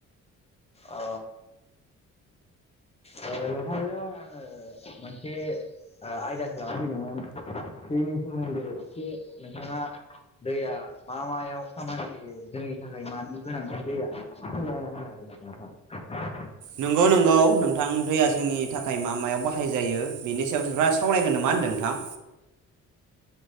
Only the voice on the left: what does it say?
अ ओ नोंथांजों आङो मोनसे ओ आयदखौ लानो फैदोंमोन दैनि सोमोन्दै एसे नोंथाङा दैया मा मायाव खामानि होयो जोंनि थाखाय मानि गोनांथि दैयाखौ नायना होनागोन आरो नोंथां